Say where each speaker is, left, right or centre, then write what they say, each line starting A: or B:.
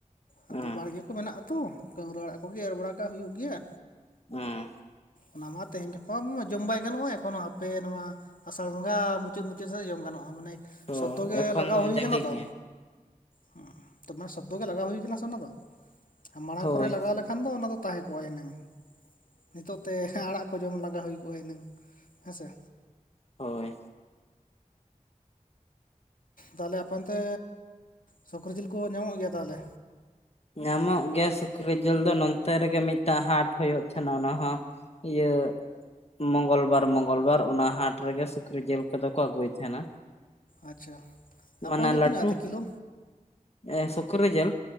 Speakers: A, on the left; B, on the left.
A: ᱟᱫᱚ
B: ᱦᱮᱸ
A: ᱵᱟᱲᱜᱮ ᱠᱚ ᱢᱮᱱᱟᱜᱼᱟ ᱛᱚ ᱠᱟᱹᱣᱨᱟ ᱟᱲᱟᱜ ᱠᱚᱜᱮ ᱮᱨ ᱵᱟᱲᱟ ᱠᱟᱜ ᱦᱩᱭᱩᱜ ᱜᱮᱭᱟ᱾
B: ᱚᱸ᱾
A: ᱚᱱᱟ ᱢᱟ ᱛᱮᱦᱮᱧ ᱜᱟᱯᱟ ᱢᱟ ᱡᱚᱢ ᱵᱟᱭ ᱜᱟᱱᱚᱜᱼᱟ ᱮᱠᱷᱚᱱᱚ ᱦᱟᱯᱮ ᱱᱚᱣᱟ ᱟᱥᱟᱲ ᱵᱚᱸᱜᱟ ᱢᱩᱪᱟᱹᱫ ᱢᱩᱪᱟᱹᱫ ᱥᱮᱜ ᱡᱚᱢ ᱜᱟᱱᱚᱜᱼᱟ ᱢᱟᱱᱮ
B: ᱚ
A: ᱥᱚᱫᱽᱫᱚ ᱜᱮ
B: ᱮᱠᱷᱚᱱ
A: ᱞᱟᱜᱟᱣ
B: ᱫᱚ
A: ᱦᱩᱭ
B: ᱡᱟᱞᱮ
A: ᱠᱟᱱᱟ ᱛᱚ᱾
B: ᱜᱮᱭᱟ
A: ᱦᱩᱸ ᱛᱚᱢᱟ ᱥᱚᱫᱽᱫᱚ ᱜᱮ ᱞᱟᱜᱟᱣ ᱦᱩᱭ ᱠᱟᱱᱟ ᱥᱮ ᱚᱱᱟ ᱫᱚ, ᱟ ᱢᱟᱲᱟᱝ
B: ᱦᱳᱭ
A: ᱠᱚᱨᱮ ᱞᱟᱜᱟᱣ ᱞᱮᱠᱷ ᱠᱷᱟᱱ ᱫᱚ ᱚᱱᱟ ᱫᱚ ᱛᱟᱦᱮᱸ ᱠᱚᱜᱼᱟ ᱦᱤᱱᱟᱹᱝ, ᱱᱤᱛᱚᱜ ᱛᱮ ᱟᱲᱟᱜ ᱠᱚ ᱡᱚᱢ ᱞᱟᱜᱟ ᱦᱩᱭ ᱠᱚᱜᱼᱟ ᱦᱤᱱᱟᱹᱝ᱾ ᱦᱮᱸ ᱥᱮ?
B: ᱦᱚᱭ᱾
A: ᱛᱟᱦᱞᱮ ᱟᱯᱮ ᱚᱱᱛᱮ ᱥᱩᱠᱨᱤ ᱡᱤᱞ ᱠᱚ ᱧᱟᱢᱚᱜ ᱜᱮᱭᱟ ᱛᱟᱦᱞᱮ?
B: ᱧᱟᱢᱚᱜ ᱜᱮᱭᱟ ᱥᱩᱠᱨᱤ ᱡᱤᱞ ᱫᱚ ᱱᱚᱱᱛᱮ ᱨᱮᱜᱮ ᱢᱤᱫᱴᱟᱝ ᱦᱟᱴ ᱦᱩᱭᱩᱜ ᱛᱟᱦᱮᱸᱱᱟ ᱚᱱᱟ ᱦᱚᱸ ᱤᱭᱟᱹᱼᱼ ᱢᱚᱜᱚᱞ ᱵᱟᱨ ᱢᱚᱜᱚᱞ ᱵᱟᱨ ᱚᱱᱟ ᱦᱟᱴ ᱨᱮᱜᱮ ᱥᱩᱠᱨᱤ ᱡᱤᱞ ᱠᱚᱫᱚ ᱠᱚ ᱟᱹᱜᱩᱭ ᱛᱟᱦᱮᱱᱟ᱾
A: ᱟᱪᱪᱷᱟ ᱟᱯᱮ
B: ᱢᱟᱱᱮ
A: ᱚᱱᱛᱮ
B: ᱞᱟᱹᱴᱩ
A: ᱛᱤᱱᱟᱹᱜ ᱠᱟᱛᱮ ᱠᱤᱞᱳ
B: ᱮ ᱥᱩᱠᱨᱤ ᱡᱮᱞ